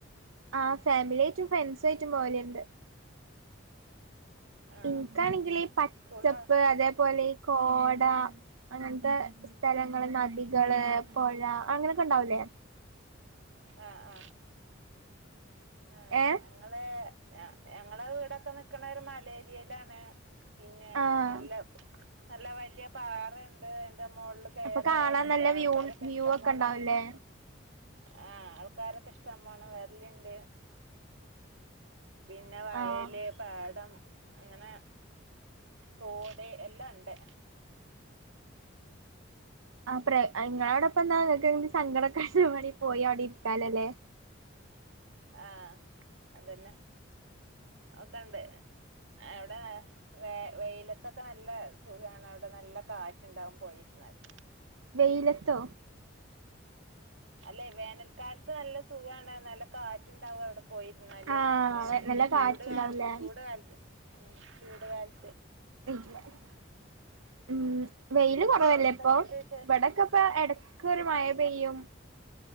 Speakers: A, on the right (about 80°); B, on the right (about 65°).
A: ആഹ് ഫാമിലിയായിട്ടും ഫ്രണ്ട്സായിട്ടും പോവലിണ്ട്
B: ആ
A: എനിക്കാണെങ്കിലീ പച്ചപ്പ്
B: സ്കൂൾന്ന്
A: അതേപോലെ ഈ കോട അങ്ങൻത്തെ സ്ഥലങ്ങള് നദികള് പൊഴ അങ്ങനൊക്കെണ്ടാവൂലേ
B: ആഹ് ആഹ് ആഹ്
A: ഏ
B: ഞങ്ങള് ആഹ് ഞങ്ങള വീടൊക്കെ നിക്കണ ഒരു മലേരിയേലാണ് പിന്നെ
A: ആഹ്
B: എല്ലം നല്ല വല്യ പാറയു ണ്ട് എന്റ മോളില് കേറാ
A: അപ്പൊ കാണാൻ
B: കുട്ട്യ
A: നല്ല
B: ആൾക്കാരൊക്കെ
A: വ്യൂ വ്യൂ
B: ഇഷ്ടമാണ്
A: ഒക്കെ ഉണ്ടാവുംല്ലേ
B: ആഹ് ആൾക്കാരൊക്ക ഇഷ്ടം പോണ വരല്ണ്ട് പിന്നെ വയല്
A: ആഹ്
B: പാടം അങ്ങനെ തോട് എല്ലാ ഇണ്ട്
A: ആത്രേ ആഹ് ഇങ്ങളോടപ്പെന്താ ഇങ്ങക്ക് സങ്കടൊക്കെ വരുമ്പലീ പോയി അവിടെ ഇരിക്കാലല്ലേ
B: ആഹ് അതന്നെ ഒക്കെണ്ട് എവട് ടേ വേ വെയിലത്തൊക്കെ നല്ല സുഖാണ് അവടെ നല്ല കാറ്റ്ണ്ടാവും പോയിരുന്നാല്
A: വെയിലത്തോ
B: അല്ലേ വേനൽക്കാലത്ത് നല്ല സുഖാണ് നല്ല കാറ്റുണ്ടാവു അവടെ പ് പോയിരുന്നാല്
A: ആഹ്
B: വേനൽക്ക്
A: നല്ല
B: ചൂട്
A: കാറ്റുണ്ടാവൂലേ
B: കാലത്ത് ചൂട് കാലത്ത് ഉം ചൂട് കാലത്ത്
A: <unintelligible> വെയില് കൊറവല്ലേപ്പോ
B: വേറെ എന്തൊക്കെയുണ്ട് വിശേഷം
A: ഇവടെക്കെപ്പ എടക്കൊരു മയ പെയ്യും